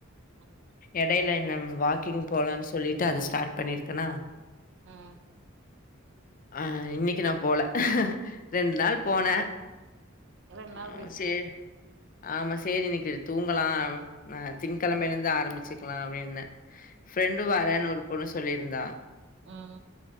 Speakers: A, on the right (about 60°); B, on the left (about 40°).
A: ஆஹ்
B: எடையில என்ன வாக்கிங் போலான்னு சொல்லிட்டு அது ஸ்டார்ட் பண்ணிருக்கேனா
A: உம்
B: ஆஹ் இன்னைக்கு நா போல ரெண் நாள் போனே
A: ரெண்டு நாள்
B: ஆஹ்
A: ரெஸ்ட்டு
B: சேரி ஆமா சேரி இன்னைக்கு தூங்கலா நா திங்ககிழமைல இருந்து ஆரம்பிச்சுக்கலா அப்டின்னே ஃபிரெண்டு வறேன்னு ஒரு பொண்ணு சொல்லிருந்தா
A: உம்